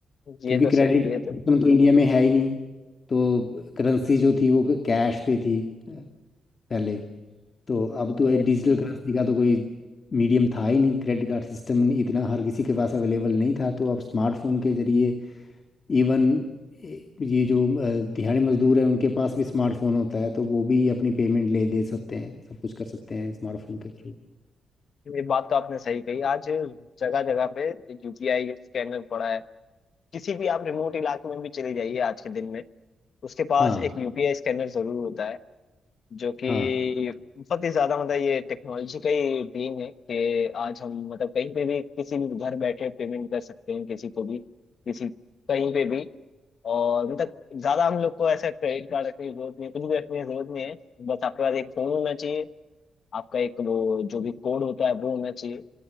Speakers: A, on the left; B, on the left.
A: ये
B: क्योंकि
A: तो
B: क्रेडिट
A: सही ये
B: सिस्टम
A: तो
B: तो इंडिया में है ही नहीं तो करेंसी जो थी वो कैश पे थी पहले तो अब तो
A: ये,
B: है डिजिटल करेंसी का तो कोई मीडियम था ही नहीं क्रेडिट कार्ड सिस्टम इतना हर किसी के पास अवेलेबल नहीं था तो अब स्मार्टफोन के जरिए इवन ये जो अ, दिहाड़ी मजदूर है उनके पास भी स्मार्टफोन होता है तो वो भी अपनी पेमेंट ले दे सकते हैं सब कुछ कर सकते हैं स्मार्टफोन के थ्रू
A: ये बात तो आपने सही कही आज जगह जगह पे यूपीआई स्कैनर पड़ा है किसी भी आप रिमोट इलाके में भी चले जाइए आज के दिन में उसके पास
B: हाँ
A: एक यूपीआई स्कैनर जरूर होता है जो कि
B: हाँ
A: बहुत ही ज्यादा मतलब ये टेक्नोलॉजी का ही देन है कि आज हम मतलब कहीं पे भी किसी भी घर बैठे पेमेंट कर सकते हैं किसी को भी किसी कहीं पे भी और मतलब ज्यादा हम लोग को ऐसा क्रेडिट कार्ड रखने की जरूरत नहीं है कुछ भी रखने की जरूरत नहीं है बस आपके पास एक फोन होना चाहिए आपका एक वो जो भी कोड होता है वो होना चाहिए